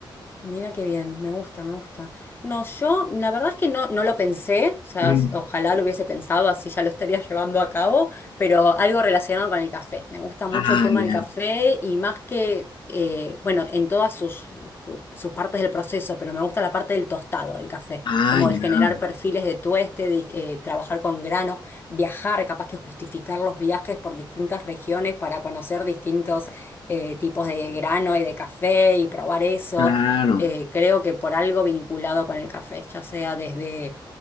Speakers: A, on the left; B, on the left.
A: Mira qué bien, me gusta, me gusta. No, yo la verdad es que no, no lo pensé, o sea,
B: Mm.
A: s- ojalá lo hubiese pensado, así ya lo estaría <laughs> llevando a cabo, pero algo relacionado con el café. Me gusta mucho
B: Ah,
A: el tema
B: ya.
A: del café y más que, eh, bueno, en todas sus, su- sus partes del proceso, pero me gusta la parte del tostado del café,
B: Ah,
A: como
B: ya.
A: de generar perfiles de tueste, de, eh, trabajar con granos, viajar, capaz que justificar los viajes por distintas regiones para conocer distintos eh, tipos de grano y de café y probar eso
B: Claro.
A: eh, creo que por algo vinculado con el café, ya sea desde,